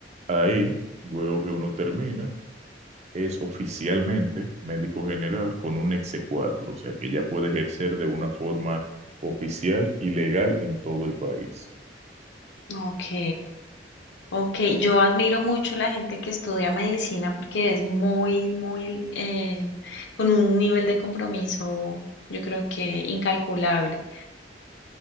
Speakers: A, on the right; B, on the left.
A: Ahí, luego que uno termina, es oficialmente médico general con un exe cuatro, o sea que ya puede ejercer de una forma oficial y legal en todo el país.
B: Ok, ok. Yo admiro mucho la gente que estudia medicina porque es muy, muy, eh, con un nivel de compromiso, yo creo que incalculable.